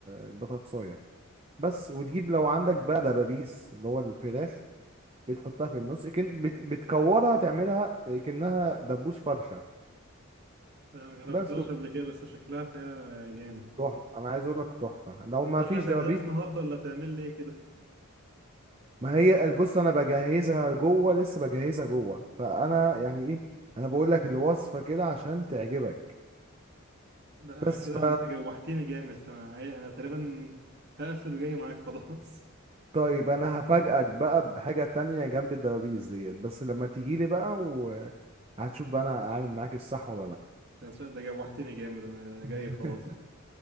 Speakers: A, on the right (about 30°); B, on the right (about 50°).
A: البطاطساية بس وتجيب لو عندك بقى دبابيس اللي هو الفراخ بتحطها في النص كن بت... بتكورها تعملها كأنها دبوس فرخة
B: انا ما جربتهاش
A: بس مم.
B: قبل كده بس شكلها حاجة جامد
A: تحفة انا عايز اقول لك تحفة لو
B: ده
A: ما
B: اللي
A: فيش
B: هتعملها
A: دبابيس
B: لي النهارده ولا هتعمل لي إيه كده
A: ما هي بص انا بجهزها جوه لسه بجهزها جوه فانا يعني ايه انا بقول لك الوصفه كده عشان تعجبك
B: ده انا
A: بس
B: كده
A: ف
B: انت جوحتني جامد انا عاي- انا تقريبا هقفل وجاي معاك خلاص
A: طيب انا هفاجئك بقى بحاجه تانية جنب الدبابيس ديت بس لما تيجي لي بقى وهتشوف بقى انا عامل معاك الصح ولا لا
B: <laughs> ده أنت- ده جوحتني جامد انا جاي
A: <laughs>
B: خلاص